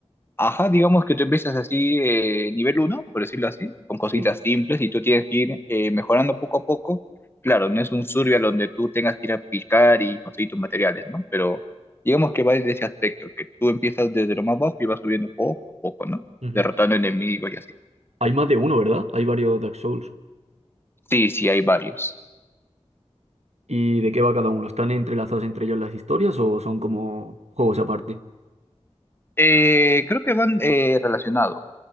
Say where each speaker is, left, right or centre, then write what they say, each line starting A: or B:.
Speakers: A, on the left; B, on the right.
A: Ajá, digamos que tú empiezas así, eh, nivel uno por decirlo así, con cositas
B: Sí.
A: simples y tú tienes que ir eh, mejorando poco a poco. Claro, no es un survival donde tú tengas que ir a picar y conseguir tus materiales, ¿no? Pero digamos que va desde ese aspecto, que tú empiezas desde lo más bajo y vas subiendo poco a poco, ¿no?
B: ujú.
A: Derrotando enemigos y así.
B: Hay más de uno, ¿verdad? Hay varios Dark Souls.
A: Sí, sí, hay varios.
B: ¿Y de qué va cada uno? ¿Están entrelazadas entre ellos las historias o son como juegos aparte?
A: Eh, creo que van eh, relacionados,